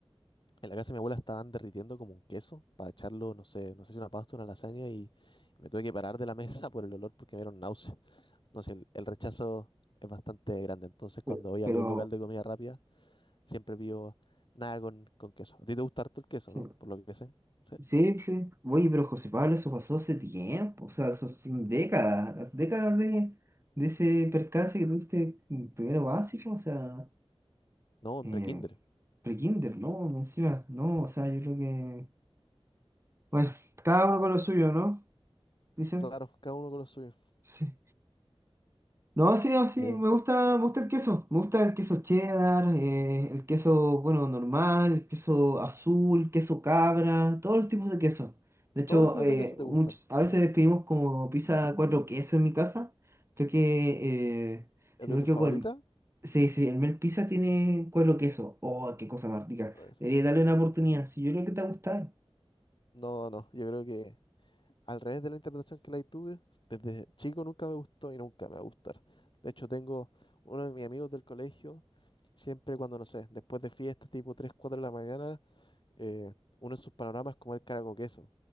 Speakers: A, on the left; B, on the right.
A: en la casa de mi abuela estaban derritiendo como un queso para echarlo, no sé, no sé si una pasta, una lasaña, y, y me tuve que parar de la mesa por el olor porque me dieron náuseas no sé, el, el rechazo es bastante grande. Entonces, cuando
B: Pe-
A: voy a
B: Pero,
A: algún local de comida rápida, siempre pido nada con, con queso. ¿A ti te gusta harto el queso,
B: sí,
A: no? Por lo que sé. ¿Sí?
B: sí, sí. Oye, pero José Pablo, eso pasó hace tiempo, o sea, eso sin décadas, las décadas de, de ese percance que tuviste en primero básico, o sea,
A: No, en
B: eh,
A: prekinder.
B: pre-kinder, ¿no? Encima, no,
A: Sí.
B: o sea, yo creo que, bueno, cada uno con lo suyo, ¿no? Dicen,
A: Claro, cada uno con lo suyo.
B: sí. No, sí, no, sí,
A: Eh,
B: me gusta, me gusta el queso. Me gusta el queso cheddar, eh, el queso, bueno, normal, el queso azul, queso cabra, todos los tipos de queso. De hecho,
A: todos los tipos
B: eh,
A: de queso te
B: much-
A: gustan.
B: a
A: ¿Sí?
B: veces pedimos como pizza cuatro quesos en mi casa. Creo que, eh,
A: ¿Es
B: si
A: de
B: no me
A: tus
B: equivoco,
A: favoritas?
B: Sí, sí, el Mel Pizza tiene cuero queso. Oh, qué cosa más rica.
A: Puta que sí.
B: Debería darle una oportunidad. Si yo creo que te va a gustar.
A: No, no, yo creo que al revés de la interpretación que la tuve, desde chico nunca me gustó y nunca me va a gustar. De hecho, tengo uno de mis amigos del colegio, siempre cuando, no sé, después de fiestas, tipo 3 4 de la mañana, eh, uno de sus panoramas como el caraco queso.